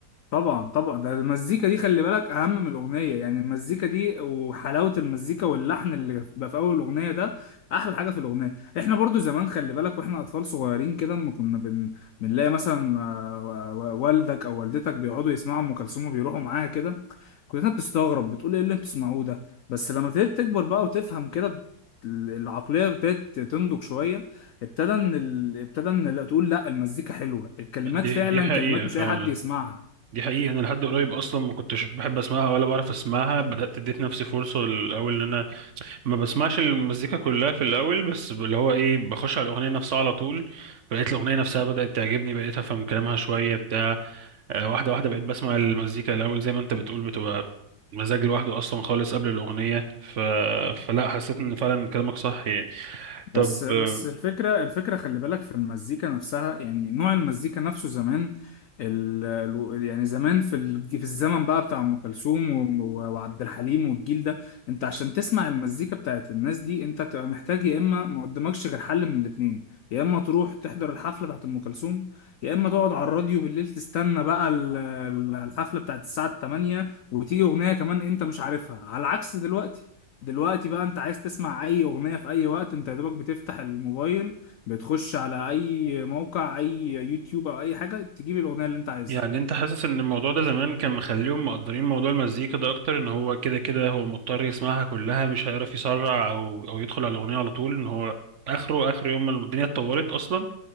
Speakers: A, on the left; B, on the right.
A: طبعا طبعا ده المزيكا دي خلي بالك اهم من الاغنيه يعني المزيكا دي وحلاوه المزيكا واللحن اللي بيبقى في اول الاغنيه ده احلى حاجه في الاغنيه احنا برضو زمان خلي بالك واحنا اطفال صغيرين كده اما كنا بن... بنلاقي مثلا آه، و- و- والدك او والدتك بيقعدوا يسمعوا ام كلثوم وبيروحوا معاها كده كلنا بتستغرب بتقول ايه اللي انتوا بتسمعوه ده بس لما ابتديت تكبر بقى وتفهم كده العقلية ابتدت تنضج شوية ابتدى ان ال... ابتدى ان لا تقول لا المزيكا حلوة الكلمات
B: دي
A: فعلا
B: دي حقيقة
A: كلمات مش
B: فعلا
A: اي حد يسمعها
B: دي حقيقة أنا لحد قريب أصلا ما كنتش بحب أسمعها ولا بعرف أسمعها بدأت اديت نفسي فرصة الأول إن أنا ما بسمعش المزيكا كلها في الأول بس اللي هو إيه بخش على الأغنية نفسها على طول بقيت الأغنية نفسها بدأت تعجبني بقيت أفهم كلامها شوية بتاع آه، واحدة واحدة بقيت بسمع المزيكا الأول زي ما أنت بتقول بتبقى مزاج لوحده أصلا خالص قبل الأغنية ف... فلا حسيت إن فعلا كلامك صح يعني طب
A: بس بس
B: آه،
A: الفكرة الفكرة خلي بالك في المزيكا نفسها يعني نوع المزيكا نفسه زمان ال... ال- يعني زمان في ال... في الزمن بقى بتاع أم كلثوم و... و- وعبد الحليم والجيل ده انت عشان تسمع المزيكا بتاعت الناس دي انت بتبقى محتاج يا اما ما قدامكش غير حل من الاتنين يا اما تروح تحضر الحفلة بتاعت أم كلثوم يا اما تقعد على الراديو بالليل تستنى بقى ال- ال- الحفلة بتاعت الساعة 8 وتيجي أغنية كمان انت مش عارفها على عكس دلوقتي دلوقتي بقى انت عايز تسمع اي اغنية في اي وقت انت يا دوبك بتفتح الموبايل بتخش على اي موقع اي يوتيوب او اي حاجة تجيب الاغنية اللي انت عايزها
B: يعني انت حاسس ان الموضوع ده زمان كان مخليهم مقدرين موضوع المزيكا ده اكتر ان هو كده كده هو مضطر يسمعها كلها مش هيعرف يسرع او او يدخل على الاغنيه على طول ان هو اخره اخر يوم ما الدنيا اتطورت اصلا